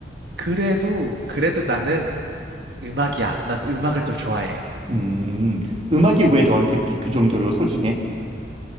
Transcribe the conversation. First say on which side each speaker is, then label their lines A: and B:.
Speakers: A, on the right; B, on the right.
A: 그래도, 그래도 나는 음악이야. 난 음악을 더 좋아해.
B: 음. 음악이 왜 너한테 그, 그 정도로 소중해?